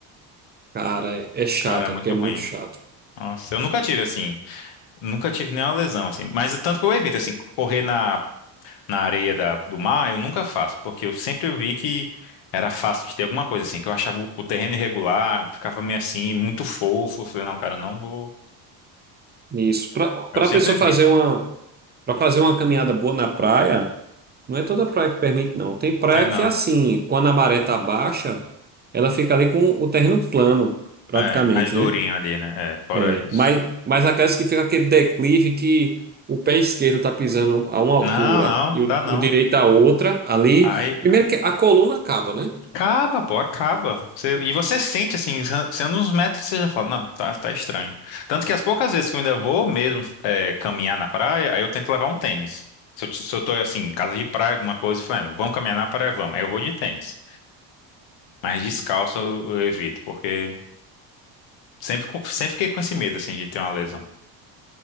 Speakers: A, on the right (about 20°); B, on the left (about 70°).
A: Cara, é, é chato,
B: Cara, é muito
A: é porque é
B: ruim.
A: muito chato.
B: Nossa, eu nunca tive, assim, nunca tive nenhuma lesão, assim. Mas tanto que eu evito, assim, correr na na areia da- do mar, eu nunca faço, porque eu sempre vi que era fácil de ter alguma coisa assim, que eu achava o, o terreno irregular, ficava meio assim, muito fofo. Eu falei, não, cara, não vou.
A: Isso. Pra,
B: Eu
A: pra
B: sempre
A: pessoa
B: evito.
A: fazer uma, pra fazer uma caminhada boa na praia, não é toda praia que permite, não. Tem praia
B: É, não.
A: que, assim, quando a maré tá baixa, ela fica ali com o terreno plano, praticamente,
B: É, mais durinho
A: né?
B: ali, né? É, fora
A: É,
B: isso.
A: mas, mas aquelas que fica aquele declive que o pé esquerdo tá pisando a uma altura
B: Não, não,
A: e o,
B: dá não.
A: o direito a outra, ali.
B: Aí.
A: Primeiro que a coluna acaba, né?
B: Acaba, pô, acaba. Você- e você sente, assim, sendo uns metros que você já fala, não, tá, tá estranho. Tanto que as poucas vezes que eu ainda vou mesmo é, caminhar na praia, aí eu tento levar um tênis. Se eu, t- se eu tô, assim, em casa de praia, alguma coisa, e falando, vamos caminhar na praia, vamos. Aí eu vou de tênis. Mas descalço eu, eu evito, porque sempre, co- sempre fiquei com esse medo, assim, de ter uma lesão.